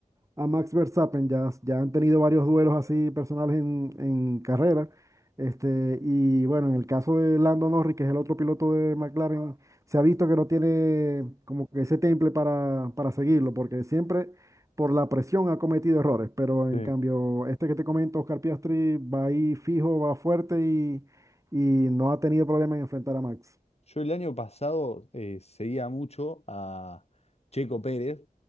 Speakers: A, on the right; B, on the left.
A: a Max Verstappen. Ya, ya han tenido varios duelos así personales en, en carrera. Este, y bueno, en el caso de Lando Norris, que es el otro piloto de McLaren, se ha visto que no tiene como que ese temple para, para seguirlo porque siempre por la presión ha cometido errores, pero
B: Sí.
A: en cambio, este que te comento, Oscar Piastri, va ahí fijo, va fuerte y, y no ha tenido problema en enfrentar a Max,
B: Yo el año pasado eh, seguía mucho a Checo Pérez,